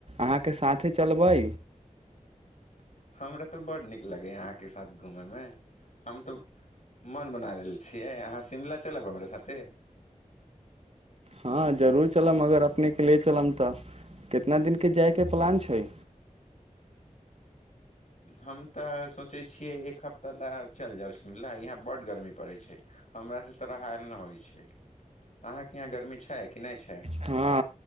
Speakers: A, on the right; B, on the left.
A: अहाँके साथेी चलबै
B: हमरा तऽ बड नीक लगेा अहाँके साथ घूमे मे हम तऽ मन बना रहल छियै अहाँ शिमला चलब हमरा साथे
A: हँ जरूर चला मगर अपने के लए कलमता कितना दिन के जायके के प्लान छै
B: हम तऽ सोचै छियै एक हफ्ता लए चलि जाउ सुझल यहाँ बड्ड गर्मी पड़ैत छै हमरास से तऽराार नहि होइ छै अहाँके यहाँ गर्मी छै कि नहि छै
A: हँ